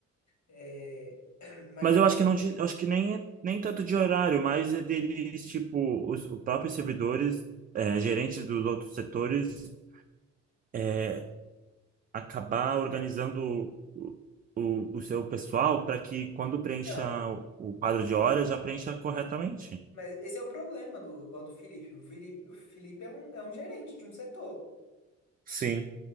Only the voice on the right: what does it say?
mas
eu
acho que não,
de- eu acho que nem é- nem tanto de horário, mas é deles, tipo, os, os próprios servidores, eh, gerentes dos outros setores é, acabar organizando o, o, o seu pessoal para que quando preencha
o, o quadro de horas, já preencha corretamente.
Sim.